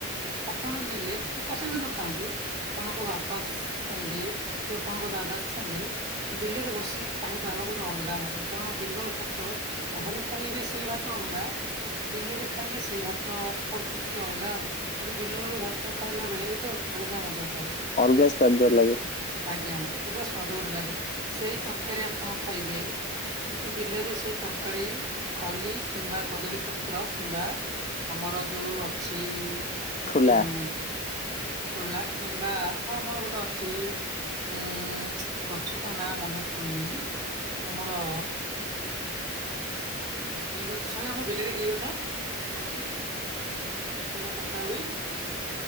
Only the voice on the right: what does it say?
ଆପଣ ନେଲେ ତାଙ୍କ ସାଙ୍ଗେ ନ ଖାଆନ୍ତୁ ଆପଣଙ୍କ ବାପା ସାଙ୍ଗେ କି ଆପଣଙ୍କ ଦାଦା ସାଙ୍ଗେ ବିଲରେ ବସି ଖାଇବାର ଗୋଟେ ଅଲଗା ମଜା କାରଣ ବିଲ ଭାତ ଘରେ ଖାଇବେ ସେଇ ଭାତ ଅଲଗା, ବିଲରେ ଖାଇଲେ ସେଇ ଭାତ ଆଉ ଟିକେ ଅଲଗା ଆଉ। କିନ୍ତୁ ବିଲରେ ଭାତ ଖାଇଲା ବେଳେ ଗୋଟେ ଅଲଗା ମଜା ଥାଏ।
ଆଜ୍ଞା ଅଲଗା ସ୍ଵାଦ ଗୋଟେ ଲାଗେ, ସେଇ ତରକାରୀ ଆପଣ ଖାଇବେ କିନ୍ତୁ ବିଲରେ ସେ ତରକାରୀ ଖଲି କିମ୍ବା କଦଳୀ ପତ୍ର କିମ୍ବା ଆମର ଯୋଉ ଅଛି
ହୁଁ, ଠୋଲା କିମ୍ବା ହଁ ମୋର ଗୋଟେ ଅଛି ଉଁ ଗଛଟା ନାଁ ମନେପଡୁନି ଆମର ଏ କି ଗଛ ସଇ ଆମ ବିଲରେ କି ଗଛ ଅଛି? ଯୋଉଟା ପଟା ହୁଏ,